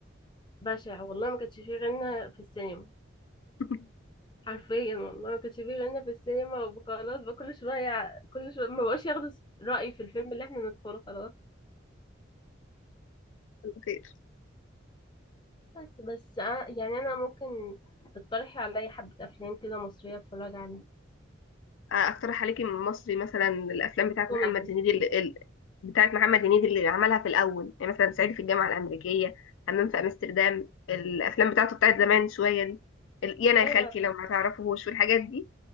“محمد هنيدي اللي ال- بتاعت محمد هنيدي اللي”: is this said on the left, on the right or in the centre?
Left